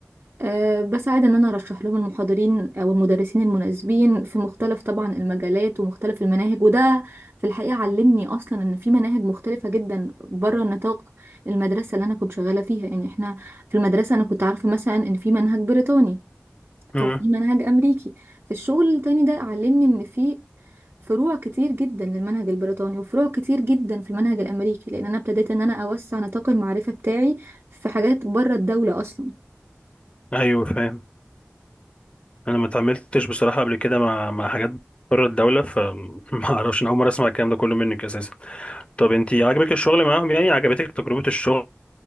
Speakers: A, on the right; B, on the left.
A: أه بساعد ان انا ارشح لهم المحاضرين او المدرسين المناسبين في مختلف طبعا المجالات ومختلف المناهج وده في الحقيقة علمني اصلا ان في مناهج مختلفة جدا بره نطاق المدرسة اللي انا كنت شغالة فيها يعني احنا في المدرسة انا كنت عارفة مثلا ان في منهج بريطاني
B: ايه
A: او في منهج امريكي في الشغل التاني ده علمني ان في فروع كتير جدا للمنهج البريطاني وفروع كتير جدا في المنهج الامريكي لان انا ابتديت ان انا اوسع نطاق المعرفة بتاعي في حاجات بره الدولة اصلا
B: ايوه فاهم انا ما اتعاملتش بصراحه قبل كده مع مع حاجات بره الدوله فما اعرفش انا اول مره اسمع الكلام ده كله منك اساسا طب انت عجبك الشغل معاهم يعني عجبتك تجربه الشغل